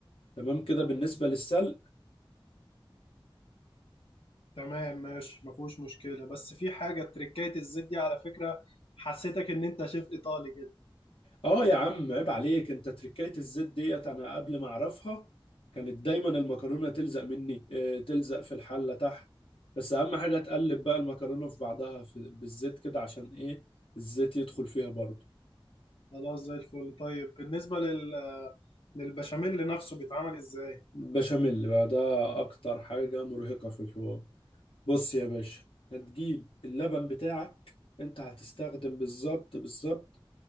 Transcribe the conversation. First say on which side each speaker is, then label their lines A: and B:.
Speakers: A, on the left (about 70°); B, on the left (about 85°).
A: تمام كده بالنسبة للسلق
B: تمام ماشي ما فيهوش مشكلة بس في حاجة تريكات الزيت دي على فكرة حسيتك إن أنت شيف إيطالي كده
A: اه يا عم عيب عليك انت تركاية الزيت ديت انا قبل ما اعرفها كانت دايما المكرونة تلزق مني اه، تلزق في الحلة تحت بس اهم حاجة تقلب بقى المكرونة في بعضها في بالزيت كده عشان ايه الزيت يدخل فيها برضه
B: خلاص زي الفل طيب بالنسبة لل للبشاميل نفسه بيتعمل إزاي
A: البشاميل بقى ده اكتر حاجة مرهقة في الحوار بص يا باشا هتجيب اللبن بتاعك انت هتستخدم بالظبط بالظبط